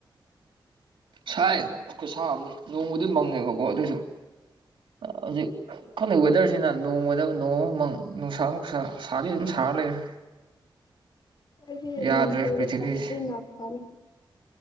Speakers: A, on the right; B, on the left.
A: ꯁꯥꯏ ꯁꯥꯕꯅꯤ ꯅꯣꯡꯃꯗꯤ ꯃꯪꯉꯦꯕꯀꯣ ꯑꯗꯨꯁꯨ ꯍꯧꯖꯤꯛꯅ ꯋꯦꯗꯔꯁꯤ ꯑꯗꯨꯅ ꯅꯣꯡꯃꯗ ꯅꯣꯡꯃꯨꯛ ꯃꯪ ꯅꯨꯡꯁꯥ ꯑꯃꯨꯛ ꯁꯥ ꯁꯥꯗꯤ ꯑꯗꯨꯝ ꯁꯥꯔ ꯂꯩꯔꯦ
B: ꯍꯥꯏꯗꯤ
A: ꯌꯥꯗ꯭ꯔꯦ
B: ꯅꯨ ꯇ
A: ꯄ꯭ꯔꯤꯊꯤꯕꯤꯁꯦ
B: ꯍꯤꯟ ꯂ ꯇꯔꯦ